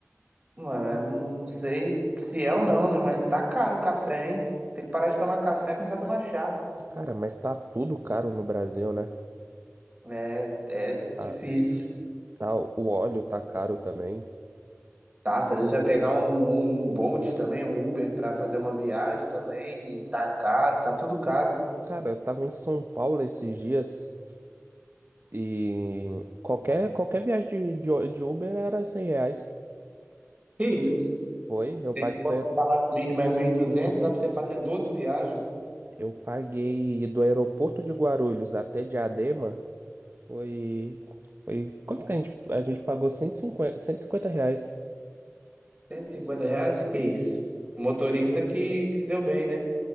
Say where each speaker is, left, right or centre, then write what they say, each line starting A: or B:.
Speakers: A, on the right; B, on the right.
A: Mano, não sei se é ou não, né? Mas tá caro o café, hein? Tem que parar de tomar café e começar a tomar chá.
B: Cara, mas tá tudo caro no Brasil, né?
A: É, é
B: Tá,
A: difícil.
B: tá- o óleo tá caro também.
A: Tá, às vezes você vai pegar um, um um Bolt também, um Uber pra fazer uma viagem também, e tá caro, tá tudo caro.
B: Cara, eu tava em São Paulo esses dias e qualquer, qualquer viagem de, de, de Uber era 100 reais.
A: Que isso?
B: Foi, eu
A: Tem
B: paguei
A: quando
B: do, aerop-
A: o salário mínimo é 1.200 dá pra você fazer 12 viagens,
B: eu paguei do aeroporto de Guarulhos até Diadema. Foi, foi, quanto que a gente, a gente pagou cento cento e cinquenta cento e cinquenta reais.
A: 150 reais? Que isso? Motorista que, que se deu bem, né?